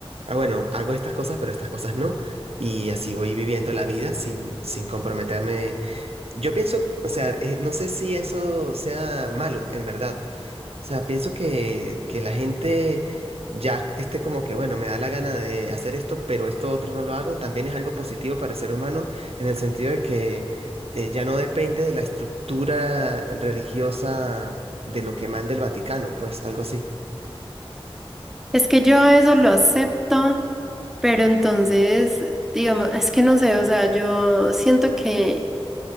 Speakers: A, on the right; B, in the centre.
A: ah, bueno, hago estas cosas, pero estas cosas no. Y así voy viviendo la vida sin, sin comprometerme. Yo pienso, o sea, eh, no sé si eso sea malo, en verdad, o sea, pienso que, que la gente ya esté como que, bueno, me da la gana de hacer esto, pero esto otro no lo hago, también es algo positivo para el ser humano en el sentido de que eh, ya no depende de la estructura religiosa de lo que manda el Vaticano, pues algo así.
B: Es que yo eso lo acepto, pero entonces, digamos, es que no sé, o sea, yo siento que